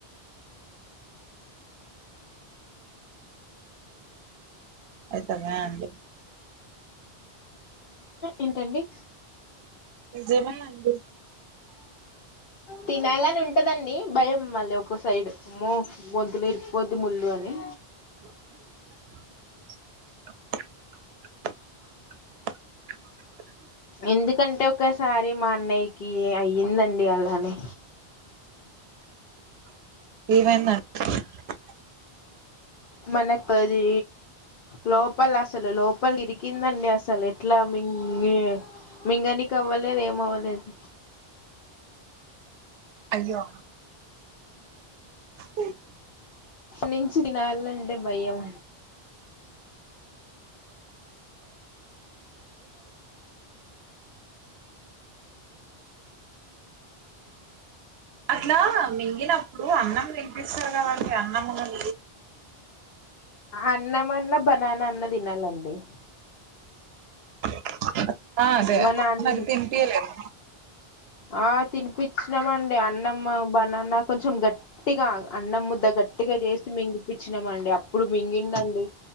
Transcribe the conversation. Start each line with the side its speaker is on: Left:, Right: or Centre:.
Right: అయితన్నాయండి
Left: ఇంకేంటండి.
Right: నిజమేనండి.
Left: తినాలని ఉంటదండి భయం మళ్ళీ ఒక్కో సైడు అమ్మో గొంతులో ఇరికిపోద్ది ముళ్ళు అని.
Right: <inaudible>
Left: ఎందుకంటే ఒకసారి మా అన్నయ్యకి అయ్యిందండి అలానే.
Right: ఏమైందంట.
Left: మనకది లోపల అసలు లోపలికి దిగి. తిందండి అస్సలు ఇట్ల మింగి. మింగనికి అవ్వలేదు ఏమి అవలేదు.
Right: అయ్యా. ఉయ్
Left: నించి తినాలంటే భయం
Right: అట్లా మింగినప్పుడు అన్నం తినిపిస్తారు కదండి అన్నంముద్దలు.
Left: అన్నం అన్న బనానా అన్న తినల్లండి.
Right: <unintelligible> ఆ స
Left: మన అన్
Right: నాకి తిన్పియలేదు.
Left: ఆ తినిపిచ్చు ఇష్టం అండి అన్నము బనాన కొంచెం గట్టిగా అన్నం ముద్ద గట్టిగా చేసి మింగి పిచ్చినామండి అప్పుడు మింగిండు అండి